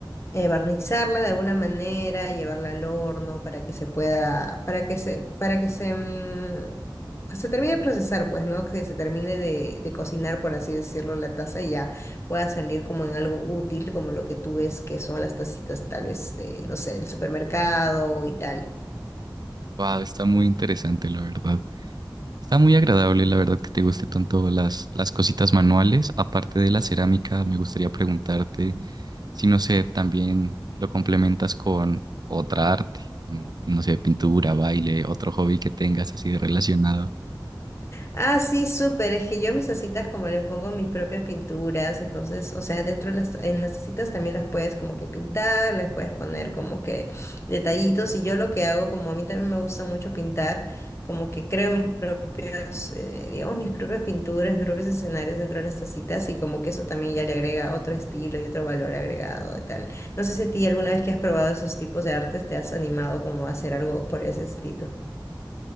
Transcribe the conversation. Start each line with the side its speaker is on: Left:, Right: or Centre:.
Left: eh, barnizarla de alguna manera, llevarla al horno para que se pueda, para que se, para que se, mm, que se termine de procesar, pues, ¿no? Que se termine de, de cocinar, por así decirlo, la taza y ya pueda salir como en algo útil, como lo que tú ves que son las tacitas, tal vez, de, no sé, del supermercado y tal.
Right: wow, está muy interesante, la verdad. Está muy agradable, la verdad, que te guste tanto las, las cositas manuales. Aparte de la cerámica, me gustaría preguntarte si, no sé, también lo complementas con otra arte, como, no sé, pintura, baile, otro hobby que tengas así relacionado.
Left: Ah, sí, súper. Es que yo mis tacitas como le pongo mis propias pinturas, entonces, o sea, dentro de las, en las tacitas también las puedes como que pintar, les puedes poner como que detallitos y yo lo que hago, como a mí también me gusta mucho pintar, como que creo mis propios, eh, digamos, mis propias pinturas, mis propios escenarios dentro de las tacitas y como que eso también ya le agrega otro estilo y otro valor agregado y tal. No sé si a ti alguna vez que has probado esos tipos de artes te has animado como a hacer algo por ese estilo.